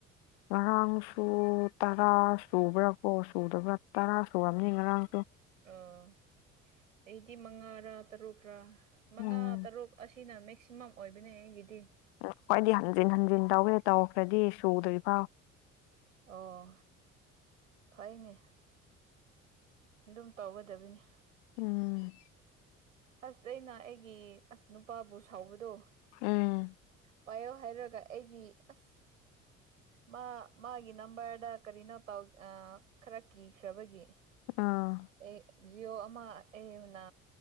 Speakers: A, on the left; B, on the right.
A: ꯉꯔꯥꯡ ꯁꯨ ꯇꯔꯥ ꯁꯨꯕ꯭ꯔꯥ ꯀꯣ ꯁꯨꯗꯕ꯭ꯔꯥ ꯇꯔꯥ ꯁꯨꯨꯔꯝꯅꯤ ꯉꯔꯥꯡꯗꯨ
B: ꯑꯣ ꯑꯩꯗꯤ ꯃꯉꯥꯔꯥ ꯇꯔꯨꯛꯔꯥ ꯃꯉꯥ
A: ꯎꯝ
B: ꯇꯔꯨꯛ ꯑꯁꯤꯅ ꯃꯦꯛꯁꯤꯃꯝ ꯑꯣꯏꯕꯅꯦ ꯑꯩꯒꯤ
A: ꯑꯈꯣꯏꯗꯤ ꯍꯟꯖꯤꯟ ꯍꯟꯖꯤꯟ ꯇꯧꯋꯦ ꯇꯧꯈ꯭ꯔꯗꯤ ꯁꯨꯗ꯭ꯔꯤꯐꯥꯎ
B: ꯑꯣ ꯐꯩꯅꯦ ꯑꯗꯨꯝ ꯇꯧꯒꯗꯕꯅꯤ
A: ꯎꯝ
B: ꯑꯁ ꯑꯩꯅ ꯑꯩꯒꯤ ꯑꯁ ꯅꯨꯄꯥꯕꯨ ꯁꯥꯎꯕꯗꯣ
A: ꯎꯝ
B: ꯄꯥꯏꯌꯣ ꯍꯥꯏꯔꯒ ꯑꯩꯒꯤ ꯑꯁ ꯃꯥ ꯃꯥꯒꯤ ꯅꯝꯕꯔꯗ ꯀꯔꯤꯅꯣ ꯇꯧ ꯑ ꯈꯔ ꯀꯤꯈ꯭ꯔꯕꯒꯤ
A: ꯑꯥ
B: ꯑꯦ ꯖꯤꯌꯣ ꯑꯃ ꯑꯩꯅ